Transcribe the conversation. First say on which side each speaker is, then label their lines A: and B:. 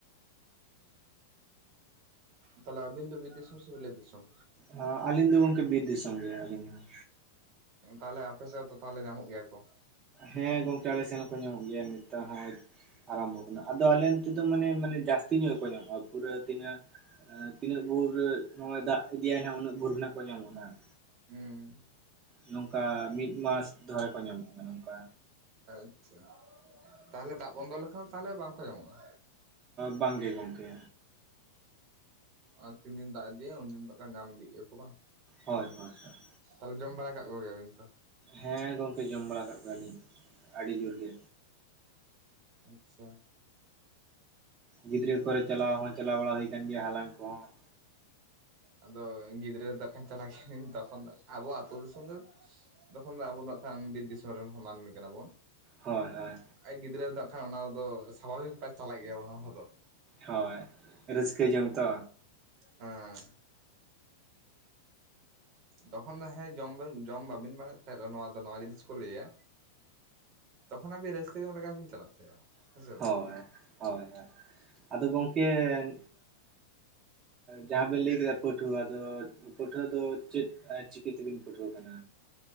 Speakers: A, on the right; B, on the right.
A: ᱛᱟᱦᱚᱞᱮ ᱟᱹᱵᱤᱱ ᱫᱚ ᱵᱤᱨ ᱫᱤᱥᱚᱢ ᱥᱮ ᱵᱤᱞᱟᱹᱛ ᱫᱤᱥᱚᱢ
B: ᱦᱮᱸ ᱟᱹᱞᱤᱧ ᱫᱚ ᱜᱚᱢᱠᱮ ᱵᱤᱨ ᱫᱤᱥᱚᱢ ᱜᱮ ᱟᱹᱞᱤᱧ ᱦᱚᱸ
A: ᱛᱟᱦᱞᱮ ᱟᱯᱮ ᱥᱮᱫ ᱛᱚ ᱛᱟᱦᱞᱮ ᱧᱟᱢᱚᱜ ᱜᱮᱭᱟ ᱠᱚ
B: ᱦᱮᱸ ᱜᱚᱝᱠᱮ ᱟᱞᱮ ᱥᱮᱱ ᱦᱚᱸᱠᱚ ᱧᱟᱢᱚᱜ ᱜᱮᱭᱟ ᱱᱮᱛᱟᱨ ᱦᱚᱸ ᱟᱨ ᱟᱞᱚᱢ ᱵᱷᱟᱵᱽᱱᱟᱜᱼᱟ ᱟᱫᱚ ᱟᱞᱮᱱ ᱛᱚ ᱢᱟᱱᱮ ᱢᱟᱱᱮ ᱡᱟᱹᱥᱛᱤ ᱧᱚᱜ ᱠᱚ ᱧᱟᱢᱚᱜᱼᱟ ᱯᱩᱨᱟᱹ ᱛᱤᱱᱟᱹᱜ ᱛᱤᱱᱟᱹᱜ ᱵᱷᱩᱨ ᱱᱚᱜᱼᱚᱭ ᱫᱟᱜ ᱤᱫᱤᱭᱟᱭ ᱱᱟᱦᱟᱜ ᱩᱱᱟᱹᱜ ᱵᱷᱩᱨ ᱨᱮᱱᱟᱜ ᱠᱚ ᱧᱟᱢᱚᱜᱼᱟ ᱱᱟᱦᱟᱜ
A: ᱦᱩᱸ
B: ᱱᱚᱝᱠᱟ ᱢᱤᱫ ᱢᱟᱥ ᱫᱷᱚᱨᱮ ᱠᱚ ᱧᱟᱢᱚᱜᱼᱟ ᱱᱚᱝᱠᱟ
A: ᱟᱪᱷᱟ ᱛᱟᱦᱞᱮ ᱫᱟᱜ ᱵᱚᱱᱫᱚ ᱞᱮᱠᱷᱟᱱ ᱛᱟᱦᱞᱮ ᱵᱟᱝᱠᱚ ᱧᱟᱢᱚᱜᱼᱟ
B: ᱵᱟᱝᱜᱮ ᱜᱚᱝᱠᱮ
A: ᱟᱨ ᱛᱤᱱ ᱫᱤᱱ ᱫᱟᱜ ᱤᱫᱤᱭᱤᱭ ᱩᱱᱫᱤᱱ ᱫᱚᱠᱷᱟᱱ ᱧᱟᱢ ᱤᱫᱤ ᱜᱮᱭᱟ ᱠᱚ ᱵᱟᱝ
B: ᱦᱳᱭ ᱦᱳᱭ ᱦᱳᱭ
A: ᱛᱟᱦᱞᱮ ᱡᱚᱢ ᱵᱟᱲᱟ ᱠᱟᱜ ᱠᱚᱜᱮᱭᱟᱵᱤᱱ ᱛᱚ
B: ᱦᱮᱸ ᱜᱚᱝᱠᱮ ᱡᱚᱢ ᱵᱟᱲᱟ ᱠᱟᱜ ᱠᱚᱣᱟ ᱞᱤᱧ ᱟᱹᱰᱤ ᱡᱩᱨ ᱜᱮ
A: ᱟᱪᱷᱟ
B: ᱜᱤᱫᱽᱨᱟᱹ ᱠᱚᱨᱮ ᱪᱟᱞᱟᱣ ᱦᱚᱸ ᱪᱟᱞᱟᱣ ᱵᱟᱲᱟ ᱦᱩᱭ ᱟᱠᱟᱱ ᱜᱮᱭᱟ ᱦᱟᱞᱟᱝ ᱠᱚᱦᱚᱸ
A: ᱟᱫᱚ ᱜᱤᱫᱽᱨᱟᱹ <unintelligible> ᱪᱟᱞᱟᱜ <unintelligible> ᱛᱚᱠᱷᱚᱱ ᱫᱚ ᱟᱵᱚ ᱟᱜ ᱟᱹᱛᱩ ᱫᱤᱥᱚᱢ ᱫᱚ <unintelligible> ᱵᱤᱨ ᱫᱤᱥᱚᱢ ᱨᱤᱱ ᱦᱚᱸ ᱢᱟᱹᱱᱢᱤ ᱠᱟᱱᱟ ᱵᱚᱱ
B: ᱦᱚᱭ ᱦᱚᱭ
A: ᱟᱡ ᱜᱤᱫᱽᱨᱟᱹ ᱫᱚ <unintelligible> ᱠᱷᱟᱱ ᱚᱱᱟ ᱫᱚ ᱥᱟᱵᱷᱟᱦᱩᱭᱩᱜ ᱠᱟᱨ ᱪᱟᱞᱟᱜ ᱜᱮᱭᱟ ᱚᱱᱟ ᱠᱩ ᱫᱚ
B: ᱦᱳᱭ ᱨᱟᱹᱥᱠᱟᱹ ᱡᱚᱝ ᱛᱚ
A: ᱦᱚᱸ ᱛᱚᱠᱷᱚᱱ ᱫᱚ ᱦᱮᱸ ᱡᱚᱢ ᱡᱚᱢ ᱵᱟᱵᱤᱱ ᱵᱟᱲᱟᱭᱮᱫ ᱛᱟᱦᱮᱸ ᱱᱚᱣᱟ ᱫᱚ ᱱᱚᱣᱟ ᱡᱤᱱᱤᱥ ᱠᱚ ᱞᱟᱹᱭᱟ ᱛᱚᱠᱷᱚᱱ ᱟᱹᱵᱤᱱ ᱨᱟᱹᱥᱠᱟᱹ ᱡᱚᱝ ᱞᱮ ᱞᱮᱠᱟᱵᱤᱱ ᱪᱟᱞᱟᱜᱼᱟ <unintelligible> ᱦᱮᱸ ᱥᱮ ᱵᱟᱝ
B: ᱦᱳᱭ ᱦᱳᱭ ᱦᱳᱭ ᱟᱫᱚ ᱜᱚᱢᱠᱮ ᱟᱸ ᱡᱟᱦᱟᱸ ᱵᱤᱱ ᱞᱟᱹᱭ ᱠᱮᱫᱟ ᱯᱟᱹᱴᱷᱩᱣᱟᱹ ᱟᱫᱚ ᱯᱟᱹᱴᱷᱣᱟᱹ ᱫᱚ ᱪᱮᱫ ᱪᱤᱠᱤ ᱛᱮᱵᱮᱱ ᱯᱟᱹᱴᱷᱩᱣᱟᱹ ᱠᱟᱱᱟ